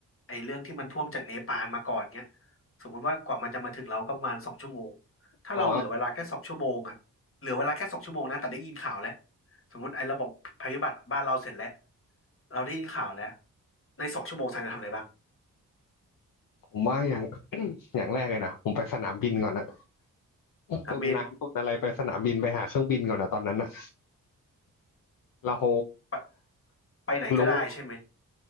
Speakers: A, on the left; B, on the left.
A: ไอ้เรื่องที่มันท่วมจากเนปาลมาก่อนเนี้ยสมมุติว่ากว่ามันจะมาถึงเราก็ประมาณสองชั่วโมงถ้าเราเหลือเวลาแค่สองชั่วโมงอ่ะเหลือเวลาแค่สองชั่วโมงนะแต่ได้ยินข่าวแล้ว
B: อ๋อ
A: สมมติไอ้ระบบภัยพิบัติบ้านเราเสร็จแล้วเราได้ยินข่าวแล้วในสองชั่วโมงซันจะทำอะไรบ้าง
B: ผมว่าอย่าง <coughs> <clears throat> อย่างแรกเลยนะผมไปสนามบินก่อนนะ
A: ถามเบน
B: คุณน้ำคุณอะไรไปสนามบินไปหาเครื่องบินก่อนนะตอนนั้นนะเรา
A: ไปไปไหนก็ได้ใช่ไหม
B: รู้